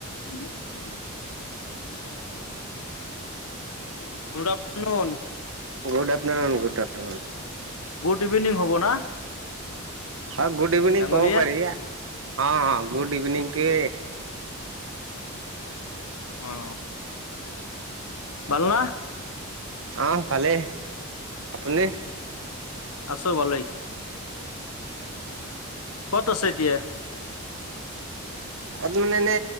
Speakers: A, on the left; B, on the right.
A: <unintelligible> Good afternoon
B: good afternoon, good afternoon
A: good evening হ'ব না
B: অ গুড ইভিনিং
A: ডাঙৰীয়া
B: কব পাৰি অ গুড ইভিনিং কি
A: অ ভাল ন
B: আহ ভালেই আপুনি
A: আছো ভালেই ক'ত আছে এতিয়া
B: কত মানে এনে